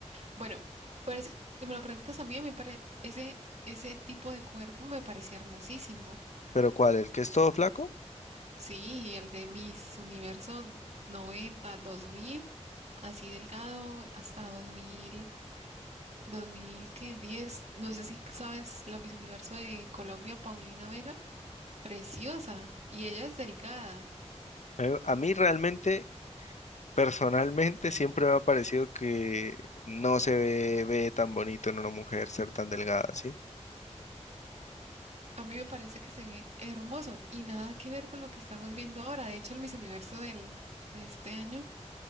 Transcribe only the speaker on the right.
Bueno, pero si si me lo preguntas a mí, me pare- ese, ese tipo de cuerpo me parecía hermosísimo.
Sí, el de Miss Universo noventa dos mil, así delgado, hasta dos mil dos mil ¿qué? 10. No sé si sabes la Miss Universo de Colombia, Paulina Vega. Preciosa. Y ella es delgada.
A mí me parece que se ve hermoso y nada que ver con lo que estamos viendo ahora. De hecho, el Miss Universo del, de este año